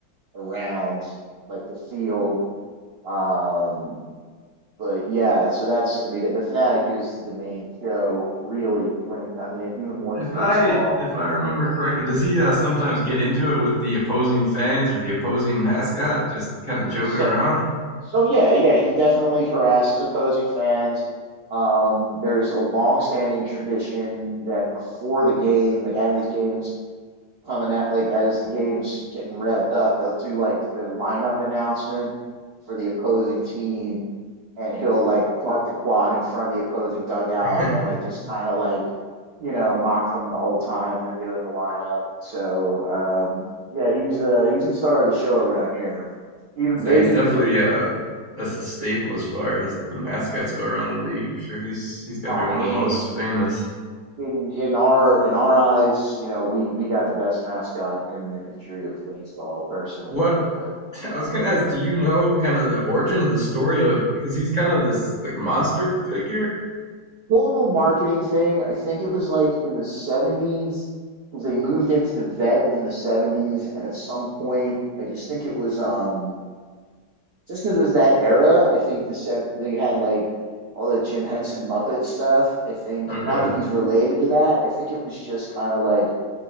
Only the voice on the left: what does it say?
If
I if I remember correctly, does he uh, sometimes get into it with the opposing fans or the opposing mascot, just kind of joking
around?
<laughs>
So
he's definitely
uh, that's a staple as far as the mascots go around the league. I'm sure he's he's got
to be
one
of the most famous.
What
I was gonna ask, do you know kind of the origin of the story of because he's kind of this like monster figure?
Okay.